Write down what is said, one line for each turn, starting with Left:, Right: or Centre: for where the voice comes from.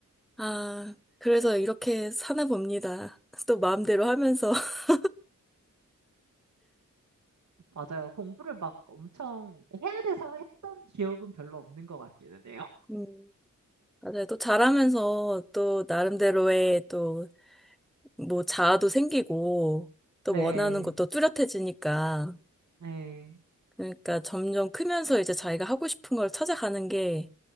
Centre: 아, 그래서 이렇게 사나 봅니다. 또 마음대로 하면서. <laughs>
Right: 맞아요. 공부를 막 엄청 해야 돼서 했던 기억은 별로 없는 것 같기는 해요.
Centre: 음, 맞아요. 또 잘하면서 또 나름대로의 또 뭐 자아도 생기고 또
Right: 네,
Centre: 원하는 것도 뚜렷해지니까.
Right: 네.
Centre: 그러니까 점점 크면서 이제 자기가 하고 싶은 걸 찾아가는 게,